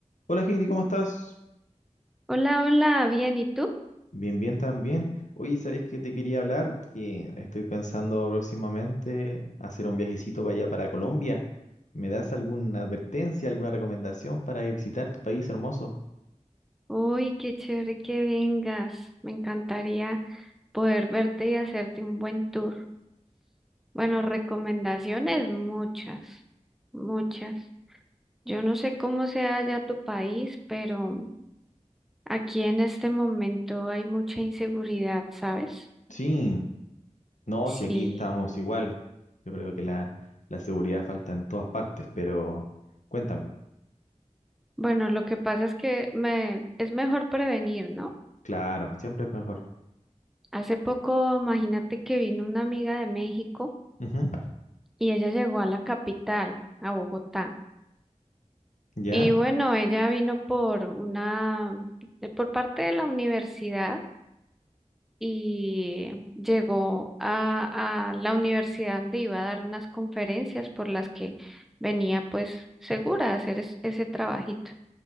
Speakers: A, on the left; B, in the centre.
A: Hola Heidi, ¿cómo estás?
B: Hola, hola, bien, ¿y tú?
A: Bien, bien también. Oye, ¿sabés que te quería hablar? Que estoy pensando próximamente hacer un viajecito para allá, para Colombia. ¿Me das alguna advertencia, alguna recomendación para visitar tu país hermoso?
B: Uy, qué chévere que vengas. Me encantaría poder verte y hacerte un buen tour. Bueno, recomendaciones muchas, muchas. Yo no sé cómo sea ya tu país, pero aquí en este momento hay mucha inseguridad, ¿sabes?
A: Sí, no,
B: Sí.
A: si aquí estamos igual. Yo creo que la, la seguridad falta en todas partes, pero cuéntame.
B: Bueno, lo que pasa es que me es mejor prevenir, ¿no?
A: Claro, siempre es mejor.
B: Hace poco, imagínate que vino una amiga de México.
A: Ujú,
B: y ella llegó a la capital, a Bogotá.
A: ¿Ya?
B: Y bueno, ella vino por una, de- por parte de la universidad y llegó a, a la universidad donde iba a dar unas conferencias por las que venía pues segura a hacer es- ese trabajito.